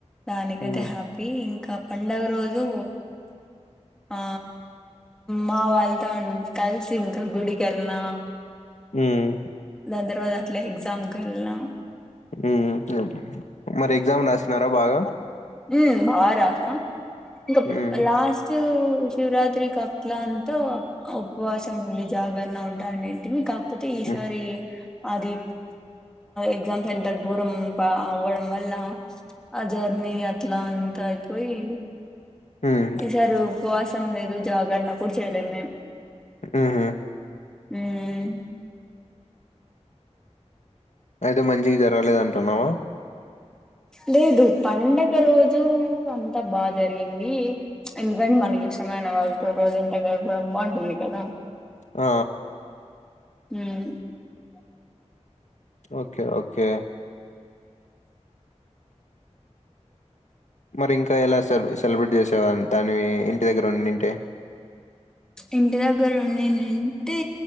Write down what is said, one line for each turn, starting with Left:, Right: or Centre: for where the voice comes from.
Centre: దానికైతే
Left: ఉమ్
Centre: హ్యాపీ ఇంకా పండుగ రోజు ఆ మా వాళ్ళతో కలిసి ఇంకా గుడికెల్నా
Left: ఉమ్
Centre: దాన్ తర్వాత అట్ల ఎగ్జామ్ కన్నా
Left: ఉమ్ మరి ఎగ్జామ్ రాసినారా బాగా
Centre: ఉమ్ బాగా రాసా ఇంకా
Left: ఉమ్
Centre: లాస్ట్ శివరాత్రి కక్కల అంతా ఉపవాసం ఉండి జాగరణ ఉంటానేంటిని క పుటిస్
Left: ఉమ్
Centre: అది ఎగ్జామ్ సెంటర్ దూరం అవ్వడం వల్ల ఆ జర్నీ అట్లా అంతా అయిపోయి
Left: ఉమ్,
Centre: ఈసరు ఉపవాసం లేదు జాగరనప్పుడు చేయలేదు మేము
Left: ఆహా
Centre: హ్మ్
Left: అయితే మంచిగ జరగలేదు అంటున్నావా
Centre: లేదు పండగ రోజు అంతా బాగా జరిగింది. ఎందుకంటే మనకి ఇష్టమైన వాళ్ళతో రోజంతా గడపడం బాగుంటుంది కదా!
Left: ఆ
Centre: హ్మ్ ఉ
Left: ఓకే ఓకే మరి ఇంకా ఎలా సె సెలబ్రేట్ చేసేవారు దాని ఇంటి దగ్గర ఉండింటే
Centre: ఇంటి దగ్గర ఉండింటే